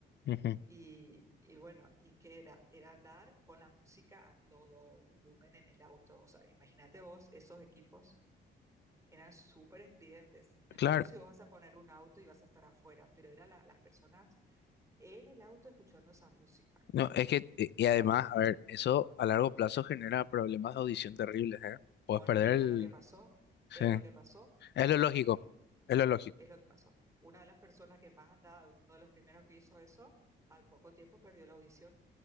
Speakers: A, on the left (about 60°); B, on the right (about 15°).
A: Ujú.
B: Y, y bueno, ¿y qué era? Era andar con la música a todo volumen en el auto. O sea, imagínate vos, esos equipos eran súper estridentes. No entiendo
A: Claro.
B: si vos vas a poner un auto y vas a estar afuera, pero eran las personas en el auto escuchando esa música.
A: No, es que, eh, y además, a ver, eso a largo plazo genera problemas de audición terribles, ¿eh? Puedes
B: Bueno,
A: perder
B: y
A: el...
B: es lo que pasó,
A: Sí.
B: es lo que pasó.
A: Es
B: Eh,
A: lo lógico, es lo lógico.
B: Es lo que pasó. Una de las personas que más andaba, uno de los primeros que hizo eso, al poco tiempo perdió la audición.